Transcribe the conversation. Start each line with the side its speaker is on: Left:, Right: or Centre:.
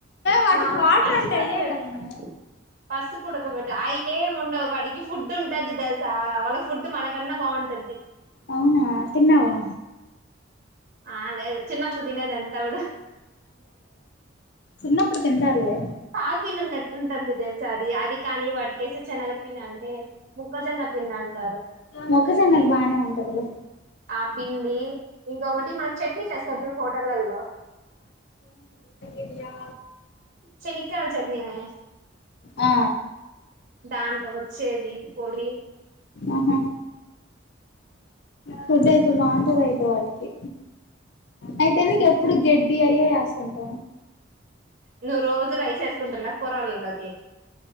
Left: వాటికి
Right: మా
Left: వాటర్
Right: పసుపుడకబెట్టే
Left: అంటే అయ్యే కదా మే
Right: పసుపుడకబెట్టు అయ్యేము ఉండవు వాటికి ఫుడ్ ఉంటది తెలుసా వాళ్ళ ఫుడ్ మనకన్నా బాగుంటది.
Left: అవునా తిన్నావా
Right: ఆ లేదు చిన్నప్. అప్పుడు తినేదాన్ని తవ్డూ.
Left: చిన్నపుడు తింటారులే.
Right: తల్ పిండి ఉన్నట్టు ఉంటుంది తెల్సా అది కానీ వాటికి ఏసీ చెనగ పిండి అంటే ముక్కజొన్న. పిన్న అంటారు.
Left: మొక్కజొన్నది బానే ఉంటది లే.
Right: ఆ పిండి ఇంకొకటి మనకు చట్నీ చేస్తారు చూడు హోటలల్లో.
Left: ఇడియా.
Right: చేణిక్కాయల చట్నీ మే.
Left: ఆ.
Right: దాంతో వచ్చేది. పొడి
Left: ఆహా ఫుడ్ అయితే బాగుంటది అయితే వాటికి అయితే నీకు ఎప్పుడు గెడ్డి అయ్యే ఏస్ అంత
Right: నువ్వు రోజు రైస్ ఏసుకుంటల్ల కూరళ్లల్లోకి